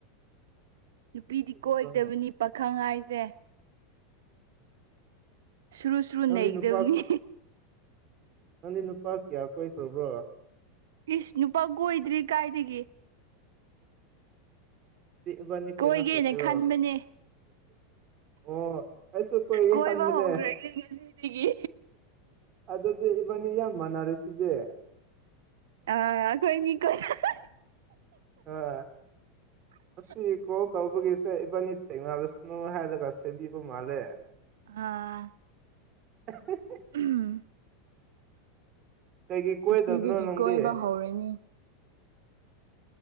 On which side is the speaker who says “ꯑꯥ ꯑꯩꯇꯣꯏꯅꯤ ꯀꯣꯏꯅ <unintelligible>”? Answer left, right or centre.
Right